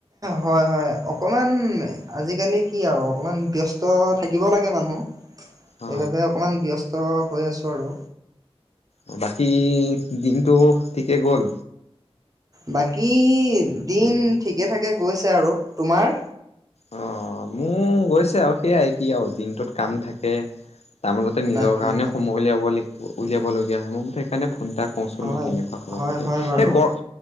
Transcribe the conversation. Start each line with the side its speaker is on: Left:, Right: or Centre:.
Right: হয় হয় অকমান। আজিকালি কি আৰু অকমান ব্যস্ত থাকিব লাগে মানুহ। সেইবাবে
Left: অ
Right: অকমান ব্যস্ত হৈ আছোঁ কৰু
Left: অ বাকী দিনটো ঠিকেই গ'ল।
Right: বাকী দিন ঠিকে থাঠাকে গৈছে আৰু তোমাৰ।
Left: অ মোৰ গৈছে আৰু সেইয়াই কি আৰু দিনটোত কাম থাকে। তাৰ মাজতে নিজৰ
Right: তাকে
Left: কাৰণেও
Right: তাকে
Left: সময় উলিয়াব লাগিব। উলিয়াবলগীয়া হয় মোৰ মতে সেইকাৰণে। ফোন এটা কওঁচোন
Right: হয়
Left: বা কেনেকুৱা খবৰ
Right: হয়
Left: খাতি
Right: হয়
Left: সেই
Right: বাৰু
Left: গৰ।